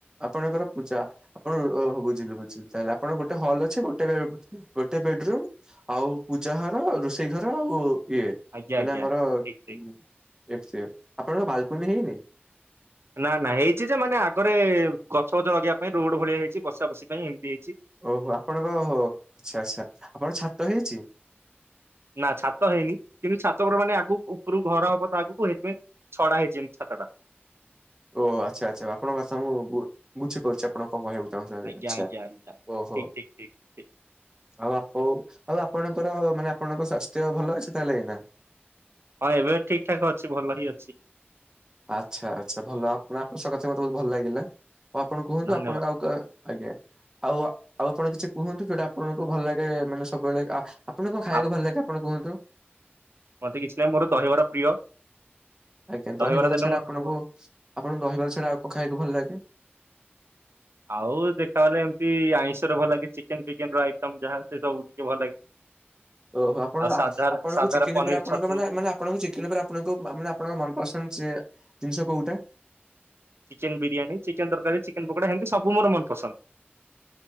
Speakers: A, on the right (about 15°); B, on the right (about 75°).
A: ଆପଣଙ୍କର ପୂଜା ଆପଣ ଓଃ ବୁଝିଲୁ ବୁଝିଲୁ ତାହେଲେ ଆପଣ ଗୋଟେ ହଲ୍ ଅଛି ଗୋଟେ ଗୋଟେ ବେଡରୁମ୍ ଆଉ ପୂଜା ଘର ରୋଷେଇ ଘର ଆଉ ଇଏ
B: ଆଜ୍ଞା
A: ମାନେ
B: ଆଜ୍ଞା
A: ଆମର
B: ଆଜ୍ଞା ଠିକ ଠିକ।
A: ଉଁ ଏମଟି ଥିବ ଆପଣ ବାଲକୁନି ହେଇନି?
B: ନା ନା ହେଇଛି ଯେ ମାନେ ଆଗରେ ଗଛ ଫଛ ଲଗେଇିବା ପାଇଁ ରୋଡ ଭଳିଆ ହେଇଛି ବସା ବସି ପାଇଁ ଏମିତି ହେଇଛି।
A: ଓହୋ ଆପଣଙ୍କ ଓଃ ଆଚ୍ଛା ଆଚ୍ଛା ଆପଣ ଛାତ ହେଇଛି?
B: ନା ଛାତ ହେଇନି କିନ୍ତୁ ଛାତପର ମାନେ ଆଗକୁ ଉପରୁକୁ ଘର ହବ ଆଗକୁ ହେଇଥିପାଇଁ ଛଡା ହେଇଚି ଏନ୍ତି ଛାତଟା।
A: ଓହୋ ଆଚ୍ଛା ଆଚ୍ଛା ଆପଣଙ୍କ କଥା ମୁଁ ବୁ -ବୁଝିପାରୁଛି। ଆପଣ କଣ କହିଆକୁ ଚାହୁଁଛନ୍ତି
B: ଆଜ୍ଞା
A: ଆଛା
B: ଆଜ୍ଞା ଆଜ୍ଞା ଆଜ୍ଞା
A: ଓହୋ।
B: ଠିକ ଠିକ ଠିକ ଠିକ।
A: ଆଉ ଆପୋଣ ଆଉ ଆପଣଙ୍କର ମାନେ ଆପଣଙ୍କ ସ୍ୱାସ୍ଥ୍ୟ ଭଲ ଅଛି ତାହେଲେ ଏଇନା?
B: ହଁ ଏବେ ଠିକ ଠାକ ଅଛି ଭଲ ହିଁ ଅଛି।
A: ଆଚ୍ଛା ଆଚ୍ଛା ଭଲ ଆପଣ ଆପଣଙ୍କ ସହ କଥା ହେଇ ମତେ ବହୁତ ଭଲ ଲାଗିଲା ଆଉ ଆପଣ କୁହନ୍ତୁ
B: ଧନ୍ୟବାଦ।
A: ଆପଣଙ୍କ ଆଉ ଆଜ୍ଞା ଆଉ ଆଉ ଆପଣ କିଛି କୁହନ୍ତୁ ଯୋଉଟା ଆପଣଙ୍କୁ ଭଲ ଲାଗେ ମାନେ ସବୁବେଳେ ଆ ଆ ଆପଣଙ୍କୁ କଣ ଖାଇଆକୁ
B: ଆ
A: ଭଲ ଲାଗେ ଆପଣ କୁହନ୍ତୁ?
B: ମତେ କିଛି ନାହିଁ ମୋର ଦହିବାର ପ୍ରିୟ।
A: ଆଜ୍ଞା
B: ଦହିବରା
A: ଦହିବାର
B: ଦେଲେ
A: ଛଡା
B: ମୋର
A: ଆପଣଙ୍କୁ
B: ପେଟ
A: ଆପଣଙ୍କୁ ଦହିବାର ଛଡା ଆଉ କଣ ଖାଇବାକୁ ଭଲ ଲାଗେ?
B: ଆଉ ଦେଖାଗଲେ ଏମିତି ଆଇଁଷରେ ଭଲ ଲାଗେ ଚିକେନ ଫିକେନ ର ଆଇଟମ ଯାହା ସେ ସବୁ ଟିକେ ଭଲ ଲାଗେ।
A: ଓହୋ ଆପଣ
B: ଆଉ ସାଧା
A: ଆପଣଙ୍କୁ
B: ସାଧାର
A: ଚିକେନ୍
B: ପନିର
A: ପରେ ଆପଣଙ୍କ
B: ଛତୁ
A: ମାନେ ମାନେ ଆପଣଙ୍କୁ ଚିକେନ ପରେ ଆପଣଙ୍କୁ ମାନେ ଆପଣଙ୍କ ମନପସନ୍ଦ ସେ ଜିନିଷ କେଉଁଟା?
B: ଚିକେନ ବିରିୟାନୀ ଚିକେନ ତରକାରୀ ଚିକେନ ପକୋଡ଼ା ଏମିତି ସବୁ ମୋର ମନପସନ୍ଦ।